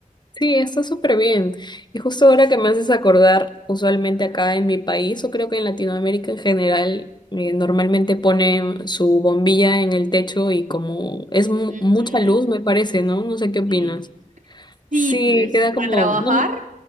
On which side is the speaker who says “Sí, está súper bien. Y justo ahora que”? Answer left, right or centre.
Left